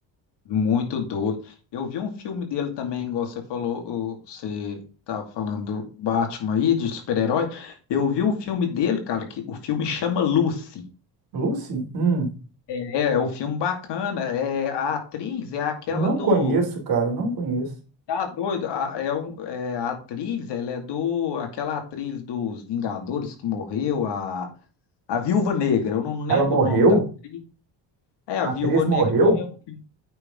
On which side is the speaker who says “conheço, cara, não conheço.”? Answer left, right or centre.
Right